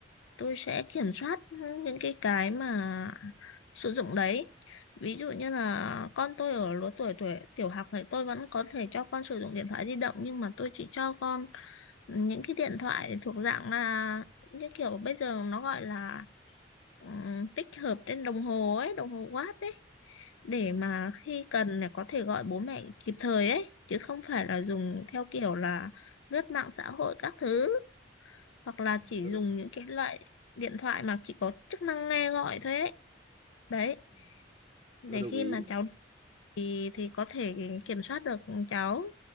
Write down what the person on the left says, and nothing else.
tôi sẽ kiểm soát những cái cái mà sử dụng đấy ví dụ như là con tôi ở lứa tuổi tuổi tiểu học thì tôi vẫn có thể cho con sử dụng điện thoại di động nhưng mà tôi chỉ cho con những cái điện thoại thuộc dạng là những kiểu bây giờ nó gọi là ừ, tích hợp trên đồng hồ ấy, đồng hồ Watt ấy để
mà khi cần là có thể gọi bố mẹ kịp thời ấy chứ không phải là
dùng theo kiểu là lướt mạng xã hội các thứ hoặc là
chỉ
dùng những cái loại điện thoại mà chỉ có chức năng nghe gọi thôi ấy. Đấy,
để
khi
mà cháu thì thì có thể kiểm soát được cháu.